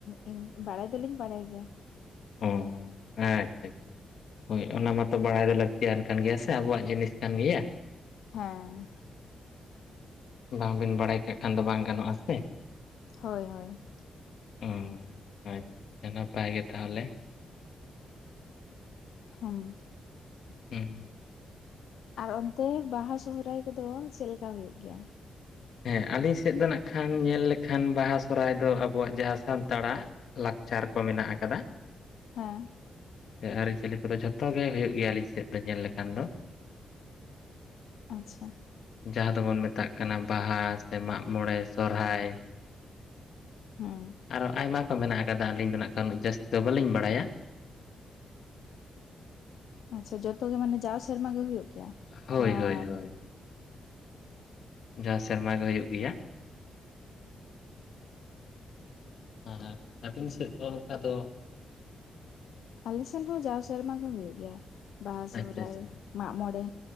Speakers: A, on the left; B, on the left.
A: ᱤᱧ ᱵᱟᱲᱟᱭ ᱫᱚᱞᱤᱧ ᱵᱟᱲᱟᱭ ᱜᱮᱭᱟ
B: ᱚ ᱟᱪᱪᱷᱟ ᱟᱪᱪᱷᱟ ᱦᱳᱭ ᱚᱱᱟ ᱢᱟᱛᱚ ᱵᱟᱲᱟᱭ ᱫᱚ ᱞᱟᱹᱠᱛᱤᱭᱟᱱ ᱠᱟᱱ ᱜᱮᱭᱟ ᱥᱮ ᱟᱵᱚᱣᱟᱜ ᱡᱤᱱᱤᱥ ᱠᱟᱱ ᱜᱮᱭᱟ
A: ᱦᱮᱸ
B: ᱵᱟᱝ ᱵᱤᱱ ᱵᱟᱲᱟᱭ ᱠᱟᱜ ᱠᱷᱟᱱ ᱫᱚ ᱵᱟᱝ ᱜᱟᱱᱚᱜᱼᱟ ᱥᱮ
A: ᱦᱚᱭ- ᱦᱚᱭ
B: ᱦᱚᱸ ᱟᱪᱷᱟ ᱱᱟᱯᱟᱭ ᱜᱮ ᱛᱟᱦᱚᱞᱮ
A: ᱦᱩᱸ
B: ᱦᱮᱸᱸ
A: ᱟᱨ ᱚᱱᱛᱮ ᱵᱟᱦᱟ ᱥᱚᱦᱨᱟᱭ ᱠᱚᱫᱚ ᱪᱮᱫ ᱞᱮᱠᱟ ᱦᱩᱭᱩᱜ ᱜᱮᱭᱟ
B: ᱦᱮᱸ ᱟᱹᱞᱤᱧ ᱥᱮᱫ ᱫᱚ ᱱᱟᱜ ᱠᱷᱟᱱ ᱧᱮᱞ ᱞᱮᱠᱷᱟᱱ ᱵᱟᱦᱟ ᱥᱚᱦᱚᱨᱟᱭ ᱫᱚ ᱟᱵᱚᱣᱟᱜ ᱡᱟᱦᱟᱸ ᱥᱟᱱᱛᱟᱲᱟᱜ ᱞᱟᱠᱪᱟᱨ ᱠᱚ ᱢᱮᱱᱟᱜ ᱟᱠᱟᱫᱟ᱾
A: ᱦᱮᱸ
B: ᱟᱹᱨᱤᱪᱟᱹᱞᱤ ᱠᱚᱫᱚ ᱡᱷᱚᱛᱚ ᱜᱮ ᱦᱩᱭᱩᱜ ᱜᱮᱭᱟ ᱟᱹᱞᱤᱧ ᱥᱮᱫ ᱫᱚ ᱧᱮᱞ ᱞᱮᱠᱷᱟᱱ ᱫᱚ
A: ᱟᱪᱪᱷᱟ
B: ᱡᱟᱦᱟᱸ ᱫᱚᱵᱚᱱ ᱢᱮᱛᱟᱜ ᱠᱟᱱᱟ ᱵᱟᱦᱟ ᱥᱮ ᱢᱟᱜ ᱢᱚᱬᱮ ᱥᱚᱦᱨᱟᱭ
A: ᱦᱚᱸ
B: ᱟᱨᱦᱚᱸ ᱟᱭᱢᱟ ᱠᱚ ᱢᱮᱱᱟᱜ ᱟᱠᱟᱫᱟ ᱟᱹᱞᱤᱧ ᱫᱚ ᱱᱟᱜ ᱩᱱᱟᱹᱜ ᱡᱟᱹᱥᱛᱤ ᱫᱚ ᱵᱟᱹᱞᱤᱧ ᱵᱟᱲᱟᱭᱟ᱾
A: ᱟᱪᱷᱟ ᱡᱚᱛᱚ ᱜᱮ ᱢᱟᱱᱮ ᱡᱟᱣ ᱥᱮᱨᱢᱟ ᱜᱮ ᱦᱩᱭᱩᱜ ᱜᱮᱭᱟ᱾
B: ᱦᱚᱭ-ᱦᱚᱭ,
A: ᱱᱚᱣᱟ
B: ᱦᱚᱭ ᱡᱟᱶ ᱥᱮᱨᱢᱟ ᱜᱮ ᱦᱩᱭᱩᱜ ᱜᱮᱭᱟ᱾ ᱟᱨ ᱟᱹᱵᱤᱱ ᱥᱮᱫ ᱫᱚ ᱚᱱᱠᱟ ᱫᱚ
A: ᱟᱞᱮ ᱥᱮᱱ ᱦᱚᱸ ᱡᱟᱣ ᱥᱮᱨᱢᱟ ᱜᱮ ᱦᱩᱭᱩᱜ ᱜᱮᱭᱟ᱾ ᱵᱟᱦᱟ ᱥᱚᱦᱨᱟᱭ
B: ᱟᱪᱪᱷᱟ ᱟᱪᱪᱷᱟ
A: ᱢᱟᱜ ᱢᱚᱬᱮ,